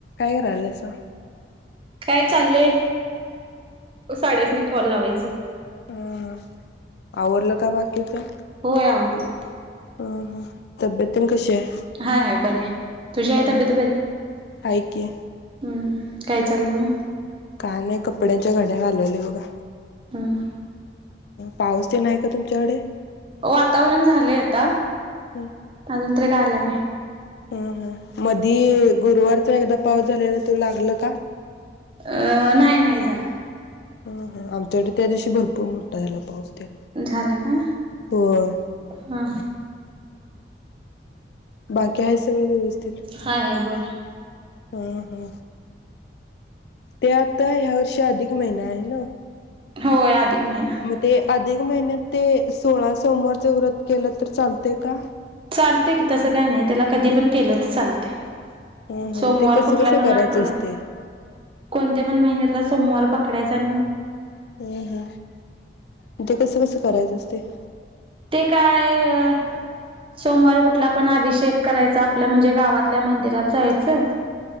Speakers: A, on the left; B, on the right.
A: काय करयलासा?
B: काय चाललंय साड्यासनी फॉल लावायचं.
A: ह हा आवरलं का बाकीचं
B: होय आवरलं.
A: हा हा तब्येत तेन कशी आहे?
B: हाय हाय बरी हाय, तुझी हाय तब्येत
A: ह
B: बरी?
A: हाय की
B: हम् काय चाललंय मग?
A: का नाही कपड्यांच्या घड्या घालायलोय बघा
B: हम
A: पाऊस तेन आहे का तुमच्याकडे?
B: वातावरण झालंय आता
A: ह
B: अजून तरी काय आला नाही.
A: ह मधी गुरुवारचा एकदा पाऊस झालेला. तो लागला का?
B: अ नाही नाही झाला.
A: हा हा आमच्याकडे त्यादिवशी भरपूर मोठा झाला पाऊस तेन
B: झाल का
A: होय
B: ह
A: बाकी आहे सगळं व्यवस्थित
B: हाय हाय बरं
A: हा हा ते आता ह्या वर्षी अधिक महिना आहे ना
B: होय <unintelligible>
A: मग ते अधिक महिन्यात ते सोळा सोमवारचं व्रत केलं तर चालत का?
B: चालते कि तसं काय नाही त्याला कधी पण केलं तर चालतय.
A: हा हा
B: सोमवार
A: मग ते कसं
B: कुठल्या
A: कसं
B: पण
A: करायचं
B: आठवड्यात
A: असते
B: कोणत्या पण महिन्यातला सोमवार ककडे जा.
A: हम हम ते कसं कसं करायचं असतय.
B: ते काय सोमवार कुठला पण अभिषेक करायचा आपल्या म्हणजे गावातल्या मंदिरात जायचं